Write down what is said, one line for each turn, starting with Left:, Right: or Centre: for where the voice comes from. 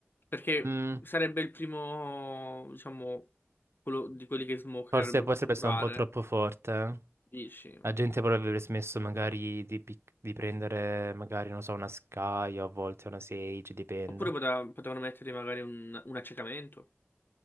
Left: perché
Right: mm,
Left: sarebbe il primo, diciamo, quello di quelli che Smoke
Right: forse
Left: che avrebbe
Right: potrebbe
Left: potuto curare,
Right: essere un po' troppo forte. eh.
Left: dici?
Right: La gente potrebbe smesso magari di, pic- di prendere, magari, non so, una Sky o a volte una Sage, dipende.
Left: Oppure pote- potevano mettere magari un, un accecamento,